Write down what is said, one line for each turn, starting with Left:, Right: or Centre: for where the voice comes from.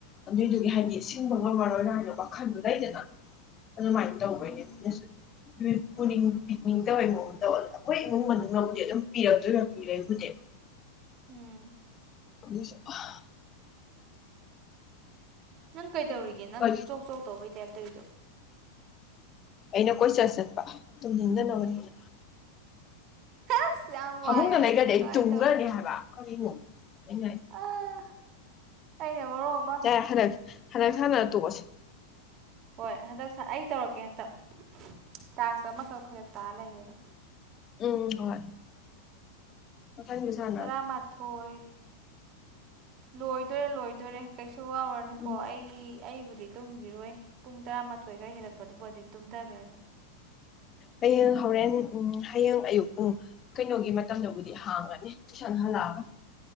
Left: ꯑꯗꯨꯏꯗꯨꯒꯤ ꯍꯥꯏꯗꯤ ꯁꯤꯡꯕ ꯉꯝꯃꯔꯣꯏꯅ ꯍꯥꯏꯅ ꯋꯥꯈꯟꯗꯣ ꯂꯩꯗꯅꯥ ꯑꯗꯨ ꯃꯥꯥꯏ ꯇꯧꯕꯩ
Right: ꯎꯝ
Left: ꯅ‌ꯦ ꯃꯤꯅꯁꯨ ꯄꯨꯅꯤꯡ ꯄꯤꯛꯅꯤꯡ ꯗꯕꯩ ꯃꯑꯣꯡ ꯗꯥ ꯇꯧ ꯑꯩꯈꯣꯏ ꯏꯃꯨꯡ ꯃꯅꯨꯡꯅꯕꯨꯗꯤ ꯑꯗꯨꯝ ꯄꯤꯔꯛꯇꯣꯏꯕ ꯄꯤꯔꯩꯕꯨꯗꯤ
Right: ꯎꯝ
Left: ꯑꯗ‌ꯣꯏꯁꯨ ꯍꯥ
Right: ꯅꯪ ꯀꯩꯗꯧꯔꯤꯒꯦ ꯅꯪ
Left: ꯍꯣꯏ
Right: ꯆꯣꯛ ꯆꯣꯛ ꯇꯧꯕꯩ ꯇꯥꯏꯞ ꯇꯩꯗꯣ
Left: ꯑꯩꯅ ꯀꯣꯏꯆꯠ ꯆꯠꯄ ꯇꯨꯝꯅꯤꯡꯗꯅꯕꯅꯤꯅ
Right: ꯑꯁ ꯌꯥꯝ
Left: ꯐꯃꯨꯡꯗ
Right: ꯋꯥꯏ ꯑꯩꯗꯤ
Left: ꯂꯩꯒ꯭ꯔꯗꯤ ꯑꯩ
Right: ꯀꯃꯥꯏꯟ
Left: ꯇꯨꯝꯒ꯭ꯔꯅꯤ
Right: ꯇꯧꯅꯤ
Left: ꯍꯥꯏꯕ ꯀꯔꯤꯅꯣ ꯑꯩꯅ
Right: ꯑꯥ ꯑꯩꯅ ꯃꯔꯣꯟ ꯑꯃꯥ
Left: ꯌꯥ ꯍꯟꯗꯛ ꯍꯟꯗꯛ ꯁꯥꯅꯥ ꯇꯣꯛꯑꯁꯦ
Right: ꯍꯣꯏ ꯍꯟꯗꯛ ꯁꯥ ꯑꯩ ꯇꯧꯔꯛꯀꯦ ꯍꯟꯇꯛ ꯇꯥꯛꯁ ꯑꯃꯈꯛ ꯐꯔꯦꯛ ꯇꯥ ꯂꯩꯔꯦꯕꯥ
Left: ꯎꯝ ꯍꯣꯏ ꯀꯗꯥꯏꯗꯩ ꯁꯥ
Right: ꯇꯔꯥꯃꯥꯊꯣꯏ ꯂꯣꯏꯗꯣꯔꯦ ꯂꯣꯏꯗꯣꯔꯦ ꯀꯩꯁꯨ ꯋꯥꯎꯔꯅꯨꯀꯣ
Left: ꯎꯝ
Right: ꯑꯩ ꯑꯩꯕꯨꯗꯤ ꯇꯨꯝꯒꯤꯔꯣꯏ ꯄꯨꯡ ꯇꯔꯥꯃꯥꯊꯣꯏ ꯈꯥ ꯍꯦꯜꯂꯛꯄꯗꯕ ꯑ‌ꯣꯗꯤ ꯇꯨꯝꯗꯒ꯭ꯔꯅꯤ
Left: ꯍꯌꯦꯡ ꯍꯣꯔꯦꯟ ꯎꯝ ꯍꯌꯦꯡ ꯑꯌꯨꯛ ꯄꯨꯡ ꯀꯩꯅꯣꯒꯤ ꯃꯇꯝꯗꯕꯨꯗꯤ ꯍꯥꯡꯒꯅꯤ ꯇꯨꯏꯁꯟ ꯍꯜꯂꯛ ꯑꯒꯥ